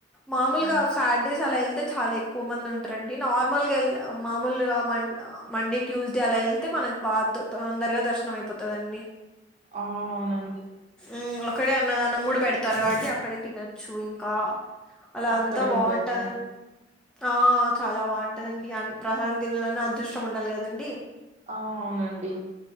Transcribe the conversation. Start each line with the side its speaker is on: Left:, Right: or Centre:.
Centre: మామూలుగా
Right: ఆ
Centre: సాడ్డేస్ అలా ఎళ్తే చాలా ఎ క్కువ మంది ఉంటారండి నార్మల్గా మామూలుగా మ మండే ట్యూస్డే అలా ఎళ్తే మనకు బాగా తొ తొందరగా దర్శనం అయిపోతదండి
Right: అ అవునండి
Centre: ఉమ్ అక్కడే అన్నదానం కూడా పెడతారు కాబట్టి అక్కడే తినొచ్చు ఇంకా అలా
Right: అక్కడే
Centre: అంతా బాగుంటద
Right: ఉండొచ్చండి
Centre: ఆ చాలా బాగుంటదండి ప్రసాదం తినల్లన్న అదృష్టం ఉండాలి కదండి
Right: ఆ అవునండి